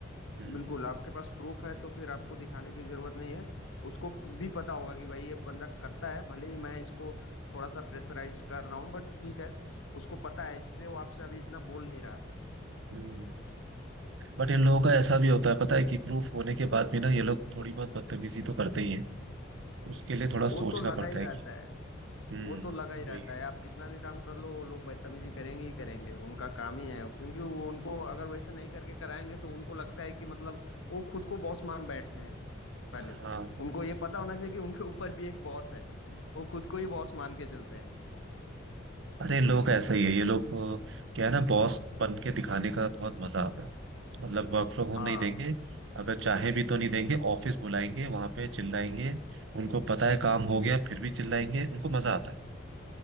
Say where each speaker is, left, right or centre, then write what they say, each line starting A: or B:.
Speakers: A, on the right; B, on the left.
A: हम्म
B: बिल्कुल आपके पास प्रूफ है तो फिर आपको दिखाने की जरूरत नहीं है उसको भी पता होगा कि भाई ये बंदा करता है भले ही मैं इसको थोड़ा सा प्रेशराइज कर रहा हूँ बट ठीक है उसको पता है इसलिए वो आपसे अभी इतना बोल नहीं रहा
A: हम्म। बट इन लोगों का ऐसा भी होता है पता है कि प्रूफ होने के बाद भी ना ये लोग थोड़ी बहुत बदतमीजी तो करते ही हैं उसके लिए थोड़ा
B: वो
A: सोचना
B: तो लगा
A: पड़ता
B: ही रहता
A: है कि
B: है
A: हम्म
B: वो तो लगा ही रहता
A: वही है।
B: है आप कितना भी काम कर लो वो लोग बदतमीजी करेंगे ही करेंगे उनका काम ही है क्योंकि वो उनको अगर वैसे नहीं करके कराएंगे तो उनको लगता है कि मतलब वो खुद को बॉस मान बैठते हैं पहले
A: हाँ
B: तो उनको ये पता होना चाहिए कि उनके ऊपर भी एक बॉस है वो खुद को ही बॉस मान के चलते हैं
A: अरे इन लोगों का ऐसा ही है ये लोग को क्या है ना बॉस बन के दिखाने का बहुत मजा आता है मतलब वर्क फ्रॉम होम
B: हाँ
A: नहीं देंगे अगर चाहे भी तो नहीं देंगे ऑफिस बुलाएंगे वहां पे चिल्लाएंगे उनको पता है काम हो गया फिर भी चिल्लाएंगे उनको मजा आता है